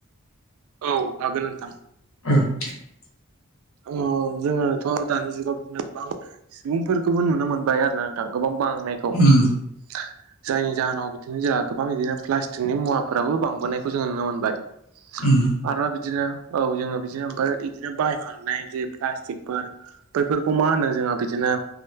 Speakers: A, on the right; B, on the left.
A: औ हागोन नोंथां।
B: <inaudible>
A: औ जोङोथ' दानि जुगाव बिदिनो गोबां सुबुंफोरखौबो नुनो मोनबाय आरोना ओं गोबां बांनायखौ हो
B: उम
A: जायनि जाहोनाव बिदिनो जोंहा गोबां बिदिनो प्लास्टिकनि मुवाफोराबो बांबोनायखौ जोंङो नुनो मोनबाय
B: उम
A: आरोबा बिदिनो औ जोङो बिदिनो ओमफ्राय बिदिनो बाहायखांनाय बे प्लास्टिकफोर बैफोरखौ मा होनो जोहा बिदिनो